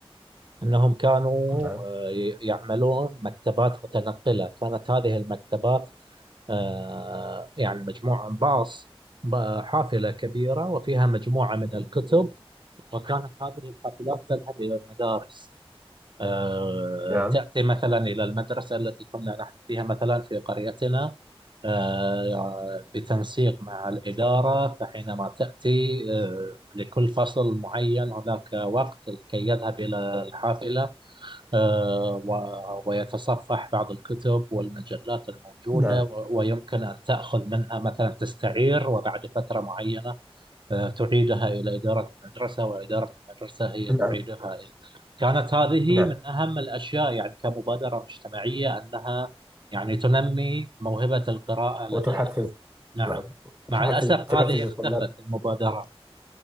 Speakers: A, on the right (about 50°); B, on the right (about 20°).
A: أنهم كانوا
B: نعم
A: آه، ي- يعملون مكتبات متنقلة كانت هذه المكتبات آه، يعني مجموعة من باص ب- حافلة كبيرة وفيها مجموعة من الكتب وكانت هذه الحافلات تذهب إلى المدارس آه،
B: نعم
A: تأتي مثلا إلى المدرسة التي كنا نحن فيها مثلا في قريتنا آه، بتنسيق مع الإدارة فحينما تأتي آه، لكل فصل معين هناك وقت لكي يذهب إلى الحافلة آه، و- ويتصفح بعض الكتب والمجلات الموجودة
B: نعم
A: و- ويمكن أن تأخذ منها مثلا تستعير وبعد فترة معينة آه، تعيدها إلى إدارة المدرسة وإدارة المدرسة هي تعيدها
B: نعم
A: إلى كانت هذه
B: نعم
A: من أهم الأشياء يعني كمبادرة مجتمعية أنها يعني تنمي موهبة القراءة لدى
B: وتحفز
A: نعم
B: نعم
A: مع
B: تحفز
A: الأسف
B: تحفز
A: هذه اختفت
B: الطلاب
A: المبادرات